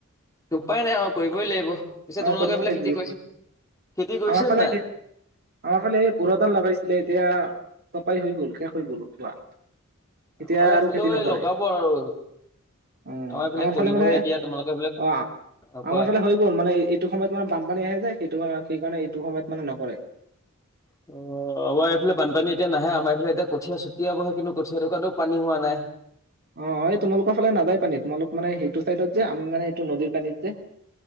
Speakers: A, on the left; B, on the right.
A: উপায় নাই অ', কৰিবই লাগিব। পিছে
B: অ
A: তোমালোকৰ
B: কৰিবই
A: এইফালে
B: লাগিব
A: খেতি
B: এটো।
A: কৰিছে খেতি কৰিছে
B: আমাৰ ফালে,
A: নে নাই?
B: আমাৰ ফালে এই বৰোদান লগাইছিলে এতিয়া চপাই হৈ গলেষ <inaudible> হৈ গ'ল উঠোৱা এতিয়া
A: আমাৰ এইফালেও
B: আৰু খেতি নকৰে।
A: লগাব আৰু
B: উ,
A: এইফালে
B: আমাৰ
A: কৰিবহে
B: ফালে মানে
A: এতিয়া তোমালোকৰ এইফালে
B: অ
A: অ কোৱা।
B: আমাৰ ফালে হৈ গ'ল মানে এইটো সময়ত মানে বানপানী আহে যে সেইটো কাৰ সেইকাৰণে এইটো সময়ত মানে নকৰে।
A: অ আমাৰ এইফালে বানপানী এতিয়া নাহে আমাৰ এইফালে এতিয়া কঠিয়ীয়া চুটিয়াবহে কিন্তু কঠীয়া ধোকাওতেও পানী হোৱা নাই।
B: অ 'এই তোমালোকৰ ফালে নাযায় পানী। তোমালোক মানে সেইটো চাইডত যে আমি মানে এইটো নদীৰ পানীত যে